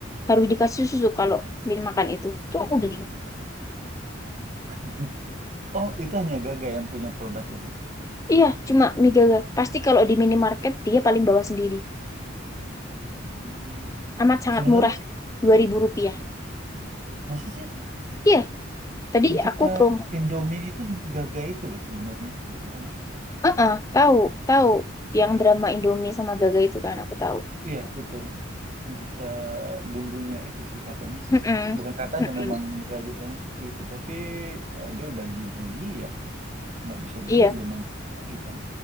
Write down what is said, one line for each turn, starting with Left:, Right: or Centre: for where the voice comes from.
Left: Harus dikasih susu kalau min makan itu. Tuh aku udah.
Right: <laughs> Oh, itu hanya Gaga yang punya produk itu.
Left: Iya, cuma mie gaga. Pasti kalau di minimarket dia paling bawah sendiri.
Right: Hmm.
Left: Amat sangat
Right: Sebenarnya
Left: murah, 2000 rupiah.
Right: masa sih
Left: Iya, tadi
Right: Pencipta
Left: aku promo.
Right: Indomie itu Gaga itu loh sebenarnya gitu apa?
Left: Heeh, tahu, tahu. Yang
Right: Iya,
Left: drama Indomie sama Gaga itu kan aku tahu.
Right: iya betul. Pencipta bumbunya itu sih katanya sih
Left: Heeh,
Right: seperti bukan katanya
Left: heeh.
Right: memang realitanya seperti itu, tapi eh, dia udah dibeli ya, nggak bisa
Left: Iya,
Right: juga dia mengklaim lagi kan.